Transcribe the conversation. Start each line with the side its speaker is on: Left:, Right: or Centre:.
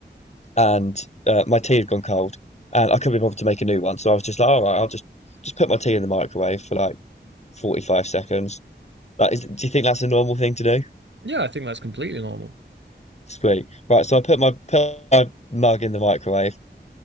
Left: and uh, my tea had gone cold, and I couldn't be bothered to make a new one. So I was just like, all right, I'll just just put my tea in the microwave for like 45 seconds. Like, is, do you think that's a normal thing to do?
Right: Yeah, I think that's completely normal.
Left: Sweet. Right, so I put my put my mug in the microwave,